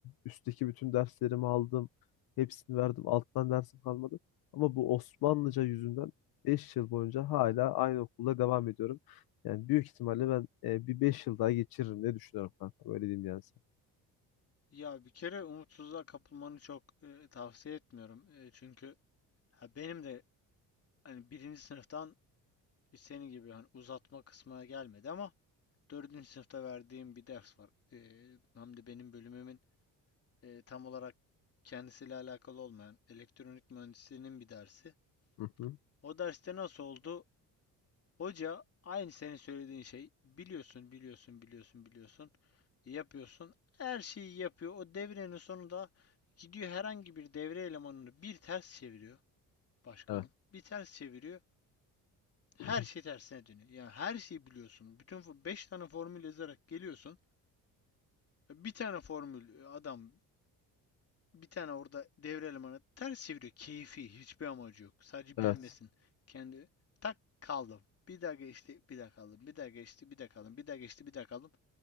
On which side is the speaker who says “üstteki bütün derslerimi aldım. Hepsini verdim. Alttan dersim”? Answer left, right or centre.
Left